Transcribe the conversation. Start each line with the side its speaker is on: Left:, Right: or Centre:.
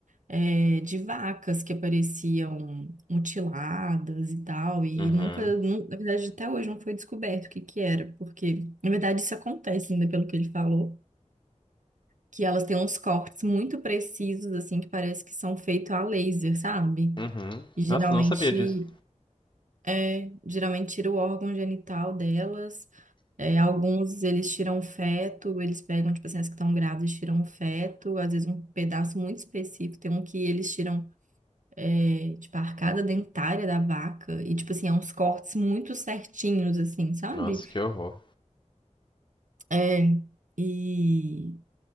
Right: é, de vacas que apareciam mutiladas e tal, e
Left: uhum,
Right: nunca, nu- na verdade, até hoje não foi descoberto o que que era, porque, na verdade, isso acontece ainda pelo que ele falou, que elas têm uns cortes muito precisos, assim, que parece que são feitos a laser, sabe?
Left: uhum.
Right: E geralmente,
Left: Nossa, não sabia disso.
Right: é, geralmente tira o órgão genital delas, é, alguns eles tiram feto, eles pegam, tipo assim, as que estão grávidas tiram feto, às vezes um pedaço muito específico, tem um que eles tiram é, tipo, a arcada dentária da vaca. E, tipo assim, é uns cortes muito certinhos, assim, sabe?
Left: Nossa, que horror.
Right: É, e,